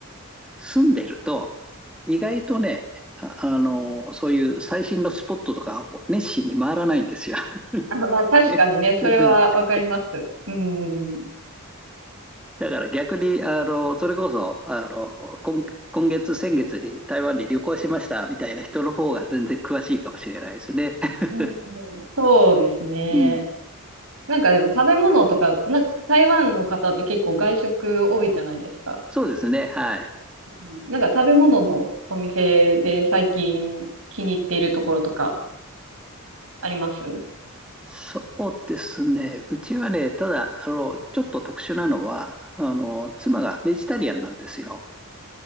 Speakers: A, in the centre; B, on the right (about 70°).
A: 住んでると、意外とね、あ、あの、そういう最新のスポットとかを熱心に回らないんですよ。
B: あ、まあ、確かにね、
A: <laughs>
B: それはわかります。うん。
A: だから逆に、あの、それこそ、あの、今、今月、先月に台湾に旅行しましたみたいな人の方が全然詳しいかもしれないですね。<laughs>
B: うんうん、そうですね。
A: うん。
B: なんかでも食べ物とか、なんか台湾の方って結構外食多いじゃないですか。
A: そうですね。はい。
B: うんなんか食べ物のお店で最近気に入っているところとかあります
A: そうですね。うちはね、ただ、あの、ちょっと特殊なのは、あの、妻がベジタリアンなんですよ。